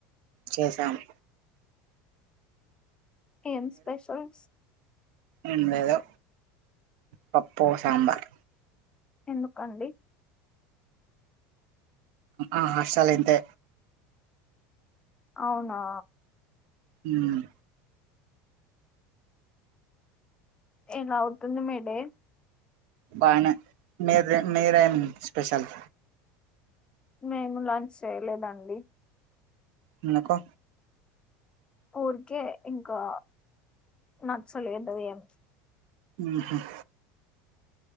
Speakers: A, on the right (about 70°); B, on the left (about 20°).
A: చేశాము
B: ఏం స్పెషల్స్
A: ఎమ్ లెధు పప్పు సాంబార్
B: ఎందుకండి
A: ఆ హర్షాల ఇంత్
B: అవునా
A: ఉమ్
B: ఎలా అవుతుంది మీడే
A: బానే మీరు మీరం స్పెషల్
B: మేము లాంచ్ చేయలేదండి
A: ఎందుకు
B: ఊరికే ఇంకా నచ్చలేదు ఏం
A: ఉహుమ్